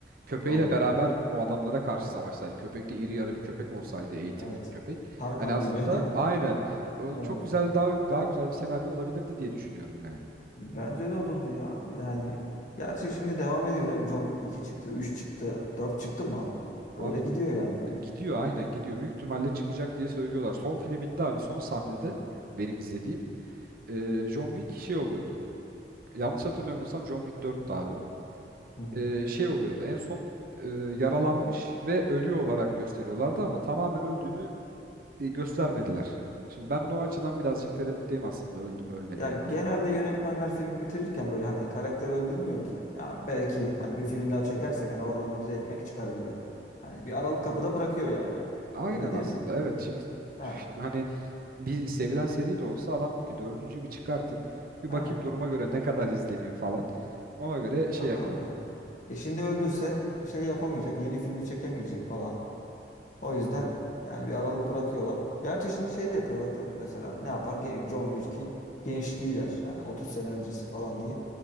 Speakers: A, on the right (about 55°); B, on the left (about 45°).
A: köpeğiyle
B: Oo,
A: beraber o adamlara karşı savaşsaydı. Köpek de iri yarı bir köpek olsaydı, eğitimli
B: evet.
A: bir köpek.
B: Tarkan
A: Hani aslında
B: gibi.
A: aynen
B: <laughs>
A: o
B: Evet.
A: çok güzel daha daha güzel bir senaryo olabilirdi diye düşünüyorum yani.
B: Bence de olurdu ya. Yani gerçi şimdi devam ediyor değil mi? John Wick 2 çıktı, 3 çıktı, 4 çıktı mı? Böyle
A: Abi
B: gidiyor yani.
A: Gidiyor aynen gidiyor. Büyük ihtimalle çıkacak diye söylüyorlar. Son filminde abi son sahnede benim izlediğim e, John Wick şey oluyordu. Yanlış hatırlamıyorsam John Wick 4'tü abi.
B: Hı hı.
A: E, şey oluyordu en son e, yaralanmış ve ölüyor olarak gösteriyorlardı ama tamamen öldüğünü e, göstermediler. Şimdi ben de o açıdan birazcık tereddütteyim aslında öldü mü ölmedi
B: Ya
A: mi
B: genelde
A: diye.
B: yönetmenler filmi bitirirken böyle hani karakter öldürmüyor ki. Ya belki hani bir film daha çekersek hani oradan da bize ekmek çıkar gibi. Hani bir aralık kapıda bırakıyor yani.
A: Aynen
B: Öyle değil
A: aslında
B: mi?
A: evet şimdi
B: Ha.
A: üf, hani bir sevilen seri de olsa adam diyor ki dördüncüyü bir çıkartayım bir
B: Ha.
A: bakayım duruma göre ne kadar izleniyor falan. Ona göre şey
B: Tabii
A: yapayım.
B: abi. E şimdi öldürse şey yapamayacak, yeni filmi çekemeyecek falan. O yüzden yani bir aralık bırakıyorlar. Gerçi şimdi şey de yapıyorlar değil mi? Mesela ne yapar? Gen- John Wick'in gençliği der. Hani 30 sene öncesi falan diye.